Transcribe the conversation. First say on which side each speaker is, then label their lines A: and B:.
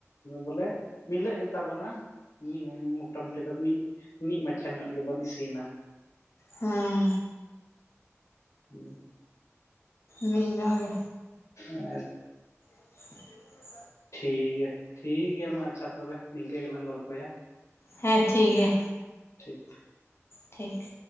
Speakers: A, on the left; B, on the left.
A: ᱵᱚᱞᱮ ᱢᱤᱞᱟᱹᱜ ᱜᱮᱛᱟ ᱵᱩᱱᱟ ᱾ ᱢᱤᱫ ᱢᱚᱴᱟᱢᱩᱴᱤ ᱫᱚ ᱢᱤᱫ ᱢᱤᱫ ᱢᱟᱪᱷᱟ ᱧᱚᱜ ᱜᱮᱵᱚᱱ ᱤᱥᱤᱱᱟ ᱾
B: ᱦᱮᱸᱻ,
A: <inaudible>
B: ᱢᱤᱫ ᱧᱚᱸᱜ ᱜᱮ,
A: <unintelligible>
B: <inaudible>
A: ᱴᱷᱤᱠ ᱜᱤᱭᱟ ᱴᱷᱤᱠ ᱜᱤᱭᱟ ᱢᱟ ᱟᱪᱪᱷᱟ ᱛᱚᱵᱮ ᱱᱤᱝᱠᱟᱹ ᱜᱮᱞᱟᱝ ᱜᱚᱞᱯᱷᱚᱭᱟ᱾
B: ᱦᱮᱸ ᱴᱷᱤᱠ ᱜᱤᱭᱟ᱾
A: ᱴᱷᱤᱠ,
B: ᱴᱷᱤᱠ,